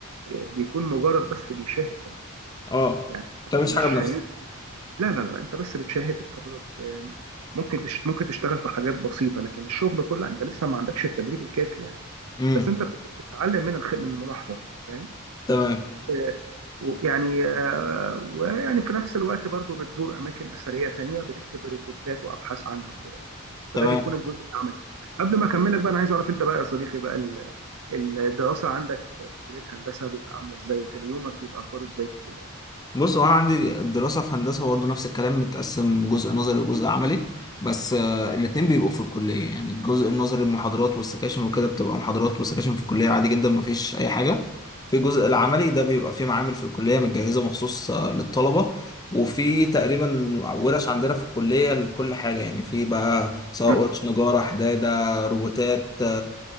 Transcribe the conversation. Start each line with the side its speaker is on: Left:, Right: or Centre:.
Right: بيكون مجرد بس بيشاهد بس
Left: اه
Right: يعني
Left: ما بتعملش
Right: مش
Left: حاجه بنفسك
Right: هينسى لا لا لا أنت بس بتشاهد بتتفرج آه، ممكن تش... ممكن تشتغل في حاجات بسيطة لكن الشغل كله أنت لسه ما عندكش التدريب الكافي يعني
Left: امم
Right: بس انت بت- بتتعلم من الخ... من الملاحظه فاهم
Left: تمام
Right: آه، ويعني آه، ويعني في نفس الوقت برضو بتزور اماكن اثريه تانية بتكتب ريبورتات وابحاث عنها وكده يعني
Left: تمام
Right: فده بيكون الجزء العملي قبل ما اكملك بقى انا عايز اعرف انت بقى يا صديقي بقى ال- الدراسه عندك في في كليه هندسه بتبقى عامله ازاي وكده يومك بيبقى اخباره ازاي في الكليه
Left: بص هو انا عندي الدراسه في هندسه برضه نفس الكلام متقسم جزء نظري وجزء عملي بس آه، الاتنين بيبقوا في الكليه يعني الجزء النظري المحاضرات والسكاشن وكده بتبقى محاضرات وسكاشن في الكليه عادي جدا مفيش اي حاجه في الجزء العملي ده بيبقى فيه معامل في الكليه متجهزه مخصوص آه، للطلبه وفي تقريبا ورش عندنا في الكليه لكل حاجه يعني في بقى سواء
Right: مم.
Left: ورش نجاره حداده روبوتات